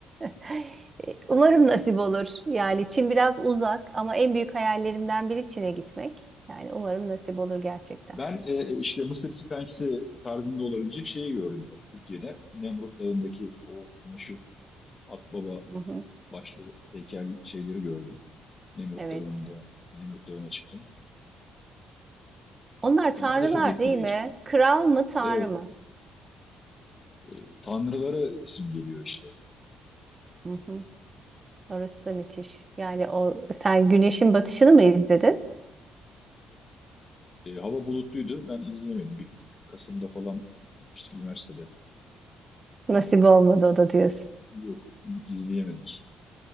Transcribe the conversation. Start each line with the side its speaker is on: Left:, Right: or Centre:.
Right: <laughs> Umarım nasip olur. Yani Çin biraz uzak ama en büyük hayallerimden biri Çin'e gitmek. Yani umarım nasip olur gerçekten.
Left: Ben e, işte Mısır Sphinx'i tarzında olabilecek şeyi gördüm tabii Türkiye'de. Nemrut Dağı'ndaki o meşhur Akbaba
Right: Hı hı.
Left: başlı heykel şeyleri gördüm. Nemrut
Right: Evet.
Left: Dağı'nda, Nemrut Dağı'na çıktım.
Right: Onlar
Left: Onlar
Right: tanrılar
Left: da çok etkileyici.
Right: değil mi? Kral mı, tanrı
Left: Evet,
Right: mı?
Left: e, tanrılara simgeliyor işte.
Right: Hı hı. Orası da müthiş. Yani o sen güneşin batışını mı izledin?
Left: E, hava bulutluydu. Ben izleyemedim. Bir Kasım'da falan gitmiştik üniversitede.
Right: Nasip
Left: O-
Right: olmadı o da diyorsun.
Left: Yok, izleyemedik.